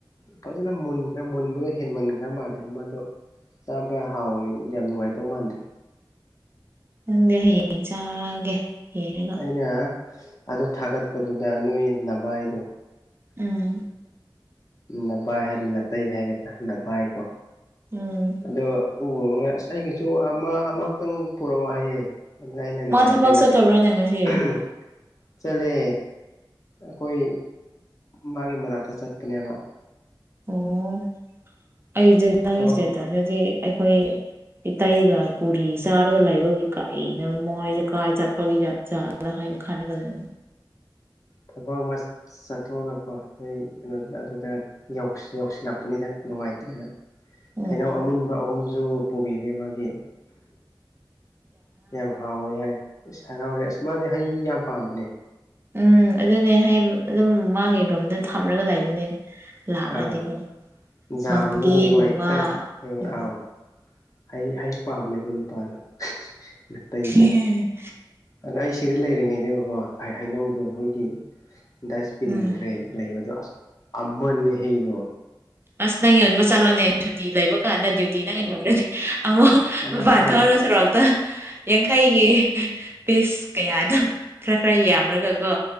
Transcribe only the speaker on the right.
ꯗꯤ ꯍꯌꯦꯡ ꯆꯥꯒꯦ ꯌꯦꯡꯉꯒ
ꯎꯝ
ꯎꯝ
ꯃꯥ ꯊꯕꯛ <unintelligible> ꯉꯁꯤ
ꯑꯣ ꯑꯩꯁꯦ ꯅꯪꯒꯤ
ꯁꯇꯦꯠꯇꯁꯗꯗꯤ ꯑꯩꯈꯣꯏ ꯏꯇꯩꯒ ꯄꯨꯔꯤ ꯆꯥꯔꯒ ꯂꯩꯕꯒꯤ ꯀꯔꯤꯅꯣ ꯃꯣꯏꯖꯦ ꯀꯥꯏ ꯆꯠꯄꯒꯤꯒ ꯖꯥꯠꯅꯣ ꯍꯥꯏꯅ ꯈꯟꯔꯒ ꯂꯩ
ꯎꯝ
ꯎꯝ ꯑꯗꯨꯅꯦ ꯍꯩ ꯑꯗꯨꯝ ꯃꯥꯒꯤ ꯔꯣꯝꯗ ꯊꯝꯂꯒ ꯂꯩꯕꯅꯦ ꯂꯥꯛꯑꯗꯤꯀꯣ
ꯃꯪꯒꯦꯒꯨꯝꯕ
ꯎꯝ
<inaudible>
ꯎꯝ
ꯑꯁ ꯅꯪ ꯌꯣꯟꯕ ꯆꯜꯂꯣꯅꯦ ꯁꯨꯇꯤ ꯂꯩꯕ ꯀꯥꯟꯗ ꯗ꯭ꯌꯨꯇꯤ ꯅꯪꯒꯤ ꯂꯣꯏꯔꯗꯤ ꯑꯃꯨꯛ
ꯃꯄꯥꯟ
ꯊꯣꯛꯔꯒ ꯁꯣꯔꯣꯛꯇ ꯌꯥꯡꯈꯩꯒꯤ ꯄꯤꯁ ꯀꯌꯥꯗꯣ ꯈꯔ ꯈꯔ ꯌꯥꯝꯔꯒꯀꯣ